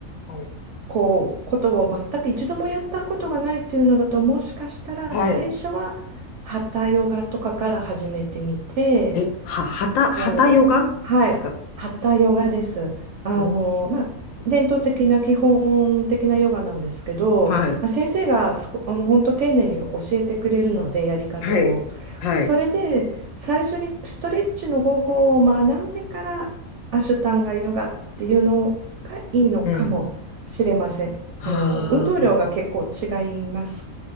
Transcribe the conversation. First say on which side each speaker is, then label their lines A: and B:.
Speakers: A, on the left; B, on the right.
A: はい。
B: こうことを全く一度もやったことがないっていうのだともしかしたら最初はハタヨガとかから始めてみて
A: はい。え、は、はた、
B: こう、
A: はたヨガですか
B: はい、ハヨガです。あの、
A: おー
B: まあ、伝統的な基本的なヨガなんですけど、
A: はい。
B: まあ、先生がすこ、本当丁寧に教えてくれるので、やり方を。
A: はい。はい。
B: それで、最初にストレッチの方法を学んでから、アシュタンガヨガっていうのがいいのかもしれません。
A: うん。はあ。
B: あの、運動量が結構違います